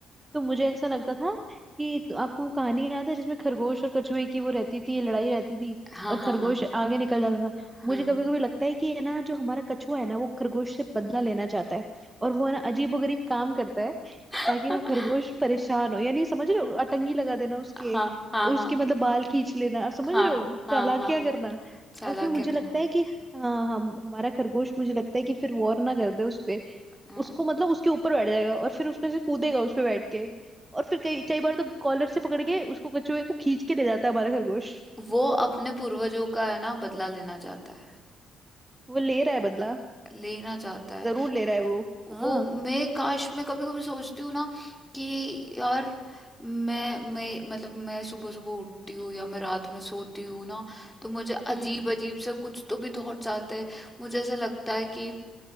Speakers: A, on the right (about 20°); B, in the centre.
A: तो मुझे ऐसा लगता था कि तो आपको वो कहानी याद है जिसमें खरगोश और कछुए की वो रहती थी लड़ाई रहती थी
B: हाँ,
A: और
B: हाँ,
A: खरगोश
B: हाँ,
A: आगे निकल जाता था मुझे
B: हाँ।
A: कभी कभी लगता है कि ये ना जो हमारा कछुआ है ना वो खरगोश से बदला लेना चाहता है और वो है ना अजीबोगरीब काम करता है
B: <laughs>
A: ताकि वो खरगोश परेशान हो यानी समझ रहे हो अटंगी लगा देना उसके
B: हाँ, हाँ, हाँ,
A: उसके मतलब बाल खींच लेना आप समझ
B: हाँ,
A: रहे हो
B: हाँ,
A: चालाकियां
B: हाँ।
A: करना
B: चालाक्य
A: और फिर मुझे
B: का
A: लगता
B: है।
A: है कि हाँ हम हमारा खरगोश मुझे लगता है कि फिर वॉर ना कर दे उस पे
B: हाँ।
A: उसको मतलब उसके ऊपर बैठ जाएगा और फिर उसमें से कूदेगा उस पे बैठ के और फिर कई कई बार तो कॉलर से पकड़ के उसको कछुए को खींच के ले जाता है हमारा खरगोश
B: वो अपने पूर्वजों का है ना बदला लेना चाहता है
A: वो ले रहा है बदला
B: लेना चाहता है
A: जरूर ले रहा है वो हाँ
B: वो मैं काश मैं कभी कभी सोचती हूँ ना कि यार मैं मैं मतलब मैं सुबह सुबह उठती हूँ या मैं रात में सोती हूँ ना तो मुझे
A: हम्म
B: अजीब अजीब से कुछ तो भी थॉट्स आते हैं मुझे ऐसा लगता है कि